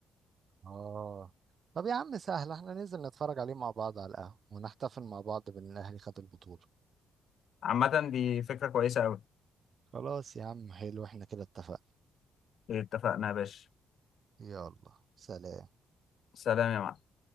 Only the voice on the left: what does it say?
عامه دي فكره كويسه قوي
اتفقنا يا باشا
سلام يا معلم